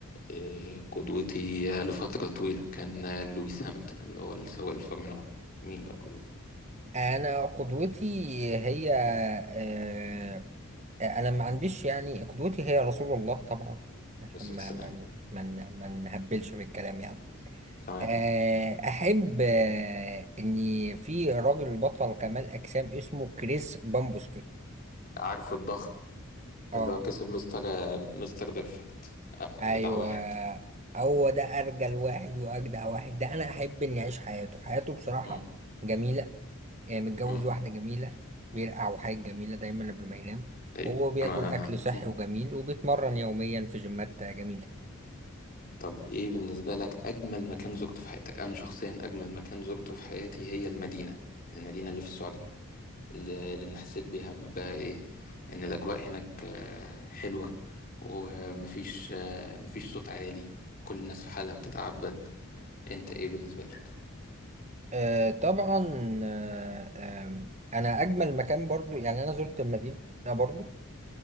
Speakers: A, on the left; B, on the right.
A: آه، قدوتي آه، لفترة طويلة كان آه، لويس هامilton اللي هو السواق الفورمولا 1 مين بقى قدوتك؟
B: انا قدوتي هي آه انا ما عنديش يعني قدوتي هي رسول الله طبعا عشان
A: بس
B: ما
A: السلام
B: ما ما ما نهبلش في الكلام يعني
A: تمام
B: آه، احب آه، اني في راجل بطل كمال اجسام اسمه كريس بامبوسكي
A: عارف الضغط
B: اه
A: اللي هو كسب مستر آه، مستر بيرفكت آه،
B: ايوه
A: أجدع واحد
B: هو ده ارجل واحد واجدع واحد ده انا احب اني اعيش حياته حياته بصراحه
A: مم.
B: جميله يعني متجوز
A: مم.
B: واحده جميله بيرقع وحاجه جميله دايما قبل ما ينام
A: أيوه
B: وهو بياكل
A: أنا
B: اكل
A: <laughs>
B: صحي
A: مم.
B: وجميل وبيتمرن يوميا في جيمات جميله
A: طب إيه بالنسبة لك أجمل مكان زرته في حياتك؟ أنا شخصيا أجمل مكان زرته في حياتي هي المدينة المدينة اللي في السعودية ل- لأن حسيت بيها بقى إيه إن الأجواء هناك آه، حلوة ومفيش آه، مفيش صوت عالي كل الناس في حالها بتتعبد أنت إيه بالنسبة لك؟
B: آه طبعا آه آه انا اجمل مكان برضو يعني انا زرت المدينه برضو